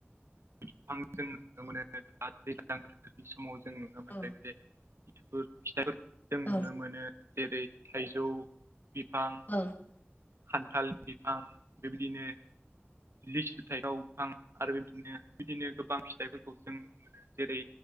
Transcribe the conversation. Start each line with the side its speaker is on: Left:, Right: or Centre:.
Right: बिफां नुनो मोनो आरो दैज्ल्लां बोथोरनि समाव <unintelligible> जों नुनो
Left: औ
Right: मोनदों जे फिथाइफोरखौ जों
Left: औ
Right: नुनो मोनो जेरै थाइजौ बिफां
Left: औ औ
Right: खान्थाल बिफां बेबायदिनो लिसु, थाइजौ आरो बिदिनो बिदिनो गोबां फिथाइ जों नुनो मोनो जेरै